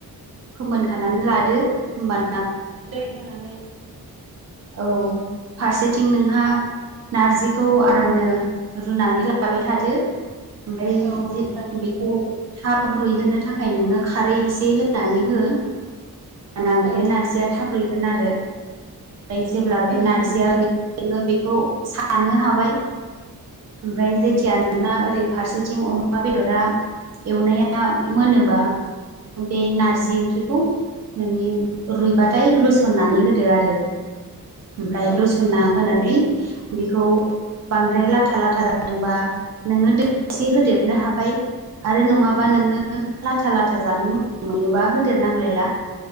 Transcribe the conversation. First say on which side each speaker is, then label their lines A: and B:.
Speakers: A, on the right (about 45°); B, on the right (about 80°).
A: फोमोनखानानै लादो होमबानो
B: दै होनानै
A: औ फारसेथिं नोंहा नारजिखौ आरामनो रुनानै लाबाय थादो ओमफ्राय
B: औ
A: ज
B: ओमफ्राय
A: बेखौ थाब रुइहोनो आ नोङनो खारै एसे होनानै हो हबाना बियो
B: औ उम
A: नारजिया थाब रैगोन आरो जेब्ला बे
B: उम
A: नारजिया लैखोन बेखौ बे खौ सानो हाबाय ओमफ्राय
B: उम
A: जेथिया नोंना ओरै फारसेथिं अमा बेदरा एवनाया मोनोबा बे नारजि ओंख्रिखौ नोंनि रुइबाथाय लुसननानै होदो आरो । ओमफ्राय
B: औ
A: लुसोमना होनानै बेखौ बांद्राय लाथा लाथा जादोंबा नोङो दै एसे होदेरनो हाबाय । आरो नङाबा नोङो लाथा लाथा जानो मोजां मोनोबा होदेरनांलायला ।